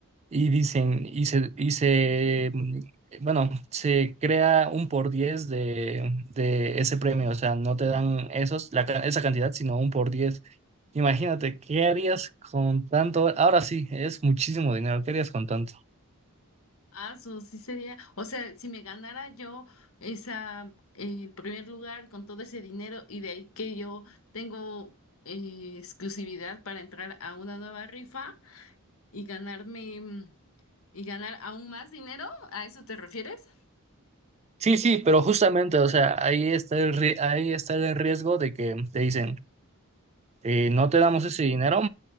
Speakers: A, on the right; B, on the left.
A: y dicen, y se, y se, mm, bueno, se crea un por diez de, de ese premio, o sea, no te dan esos, la ca- esa cantidad, sino un por diez. Imagínate, ¿qué harías con tanto? Ahora sí, es muchísimo dinero, ¿qué harías con tanto?
B: Ah, eso sí sería, o sea, si me ganara yo esa, eh, el primer lugar con todo ese dinero y de ahí que yo tengo eh, exclusividad para entrar a una nueva rifa y ganarme mm, y ganar aún más dinero, ¿a eso te refieres?
A: Sí, sí, pero justamente, o sea, ahí está el, ri- ahí está el riesgo de que te dicen, eh, no te damos ese dinero,